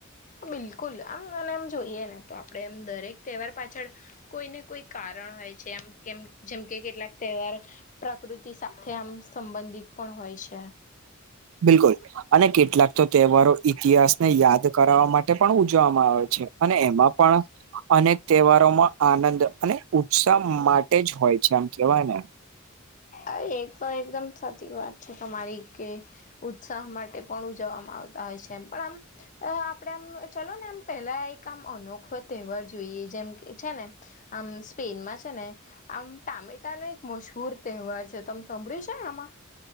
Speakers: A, on the left (about 40°); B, on the right (about 70°).
A: બિલકુલ આમ મને એમ જોઈએ ને તો આપણે એમ દરેક તહેવાર પાછળ કોઈને કોઈક કારણ હોય છે, એમ કેમ જેમકે કેટલાક તહેવાર પ્રકૃતિ સાથે આમ સંબંધિત પણ હોય છે.
B: બિલકુલ. અને કેટલાક તો તહેવારો ઇતિહાસને યાદ કરાવવા માટે પણ ઉજવવામાં આવે છે, અને એમાં પણ આપને તહેવારોમાં આનંદ અને ઉત્સાહ માટે જ હોય છે, આમ કેવાય ને
A: અ એતો એકદમ સાચી વાત છે, તમારી કે ઉત્સાહ માટે પણ ઉજવવામાં આવતા હોય છે, એમ પણ આમ અ આપડે આમ ચલોને આમ પેહલા એક આમ અનોખો તેહવાર જોઈએ જેમ કે છે, ને આમ સ્પેનમાં છે, ને આમ ટામેટા નો એક મશહુર તહેવાર છે, તમ સાંભળ્યું છે, આમાં?